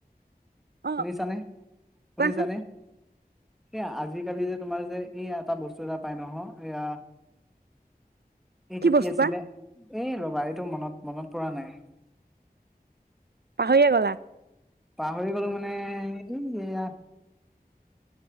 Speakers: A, on the right (about 85°); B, in the centre.
A: অ
B: শুনিছানে, শুনিছানে?
A: কোৱাচোন
B: এয়া আজিকালি যে, তোমাৰ যে, এই এটা বস্তু এটা পাই নহয় এয়া সেইটো
A: বস্তু
B: কি আছিলে?
A: বা
B: এ, ৰ'বা এইটো মনত, মনত পৰা নাই।
A: পাহৰিয়ে গ'লা?
B: পাহৰি গ'লো মানে এই এয়া